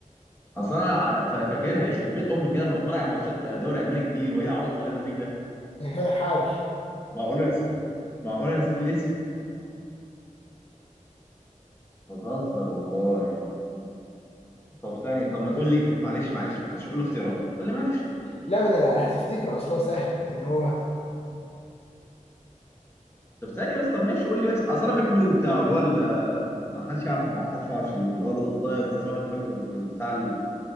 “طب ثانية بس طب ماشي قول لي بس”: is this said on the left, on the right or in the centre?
Left